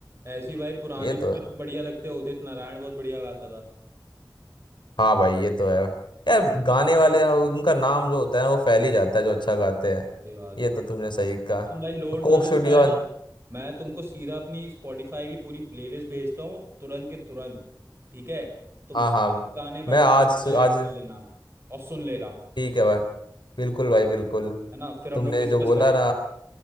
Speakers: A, on the right; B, on the left.
A: ऐसी भाई पुराने
B: ये तो
A: भी
B: है
A: मेरे को बढ़िया लगते हैं उदित नारायण बहुत बढ़िया गाता था
B: हाँ भाई ये तो है यार गाने वाले उनका नाम जो होता है वो फैल ही जाता है जो अच्छा गाते हैं
A: ये बात
B: ये
A: है भाई
B: तो तुमने सही कहा
A: अब तुम भाई लोड
B: Coke
A: ना लो
B: studio
A: मैं ना मैं तुमको सीधा अपनी स्पॉटिफाई की पूरी प्लेलिस्ट भेजता हूँ तुरंत के तुरंत ठीक है तुम
B: हाँ
A: सारे
B: हाँ
A: गाने
B: मैं
A: भाई
B: आज
A: उसमें
B: आज
A: ऐड कर लेना और सुन लेना
B: ठीक है भाई बिल्कुल भाई बिल्कुल
A: है ना फिर हम
B: तुमने
A: लोग डिस्कस
B: जो बोला
A: करेंगे
B: ना